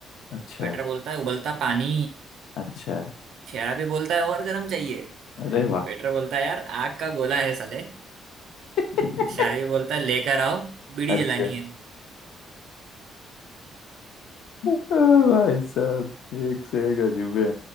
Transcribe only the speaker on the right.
वेटर बोलता है उबलता पानी
शराबी बोलता है और गरम चाहिए
वेटर बोलता है यार आग का गोला है साले
शराबी बोलता है लेकर आओ बीड़ी
जलानी है